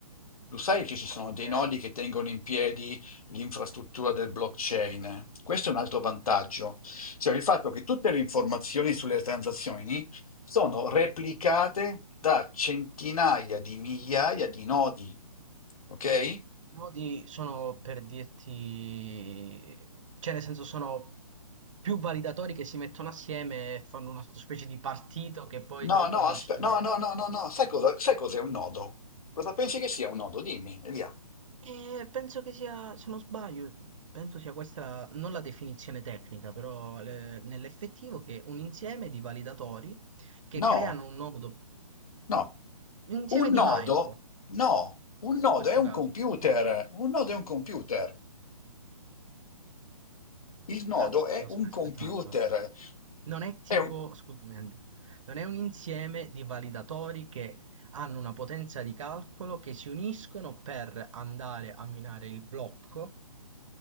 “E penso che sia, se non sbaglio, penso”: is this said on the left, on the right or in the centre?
Right